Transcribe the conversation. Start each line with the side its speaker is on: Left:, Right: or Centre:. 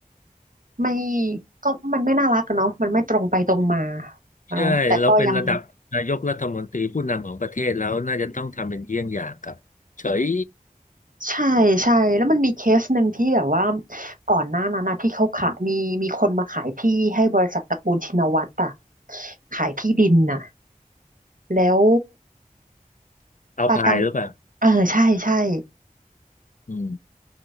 Right: ไม่ก็มันไม่น่ารักกันเนาะมันไม่ตรงไปตรงมา
Left: ใช่เราเป็นระดับนายกรัฐมนตรีผู้นำของประเทศแล้วน่าจะต้องทำเป็นเยี่ยงอย่างกับเฉย
Right: เนาะแต่ก็ยังใช่ใช่แล้วมันมีเคสหนึ่งที่แบบว่าก่อนหน้านั้นนะที่เขาขายมีมีคนมาขายที่ให้บริษัทตระกูลชินวัตรอะขายที่ดินน่ะแล้ว
Left: เอาพายหรือเปล่า
Right: ประจำเออใช่ใช่
Left: อืม